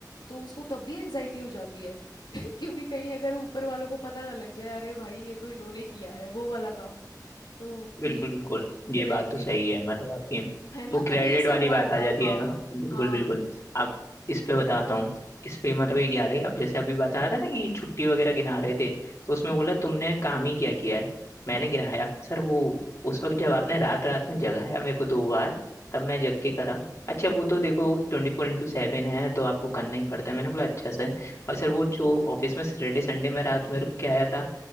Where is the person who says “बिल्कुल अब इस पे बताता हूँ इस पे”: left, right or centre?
Left